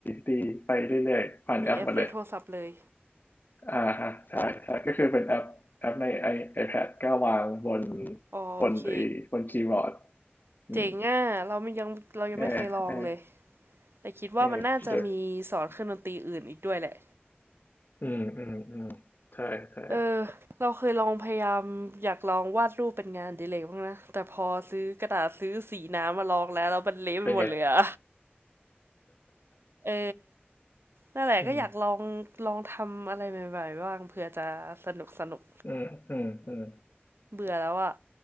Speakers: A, on the left; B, on the right.
A: D ไปเรื่อยๆผ่านแอปหมาเลย
B: มีแอปในโทรศัพท์เลย
A: อ่าฮะใช่ใช่ก็คือเป็นแอปแอปใน i ไอ p a d ก็วางบน
B: อ๋อโอเค
A: บนไอ้บนคีย์บอร์ดอืม
B: เจ๋งอ่ะเรามันยังเรายังไม่เคยลองเลย
A: เออเออ
B: แต่คิดว่ามันน่าจะมีสอนเครื่องดนตรีอื่นอีกด้วยแหละ
A: เออเด อืมอืมอืมใช่ใช่
B: เออเราเคยลองพยายามอยากลองวาดรูปเป็นงานอดิเลยบ้างนะแต่พอซื้อกระดาษซื้อสีน้ำมาลองแล้วแล้วมันเละไปหมดเลยอะ
A: เป็นไง
B: เออนั่นแหละก็อยากลองลองทำอะไรใหม่ๆบ้างเผื่อจะสนุกสนุก
A: อืมอืมอืมอืม
B: เบื่อแล้วอะ